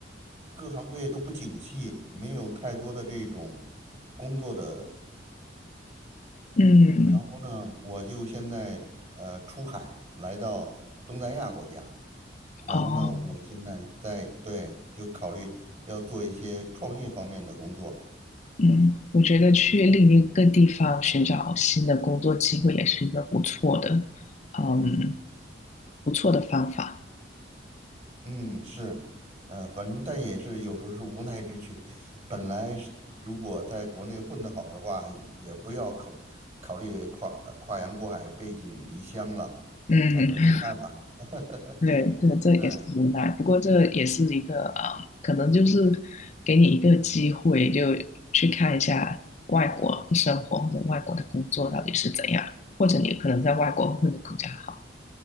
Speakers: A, on the right; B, on the left.
A: 各行各业都不景气，没有太多的这种工作的。
B: 嗯，
A: 然后呢，我就现在呃出海来到东南亚国家，然后呢，
B: 哦，
A: 我现在在对就考虑要做一些创业方面的工作。
B: 嗯，我觉得去另一个地方寻找新的工作机会也是一个不错的，嗯，不错的方法。
A: 嗯，是，呃，反正但也是有时候是无奈之举。本来是如果在国内混得好的话，也不要考考虑跨跨洋过海、背井离乡了，
B: 嗯。
A: 但是没办法。<laughs>
B: 对，这这也是无奈，
A: 嗯。
B: 不过这也是一个啊、可能就是给你一个机会，就去看一下外国的生活或者外国的工作到底是怎样，或者你可能在外国混得更加好。